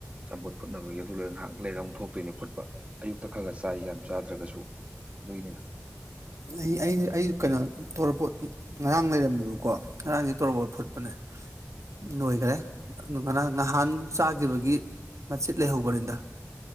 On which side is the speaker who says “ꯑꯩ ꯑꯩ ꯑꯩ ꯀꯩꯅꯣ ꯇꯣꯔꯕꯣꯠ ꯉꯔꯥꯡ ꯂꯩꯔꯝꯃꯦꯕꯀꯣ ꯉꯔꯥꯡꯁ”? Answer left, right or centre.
Right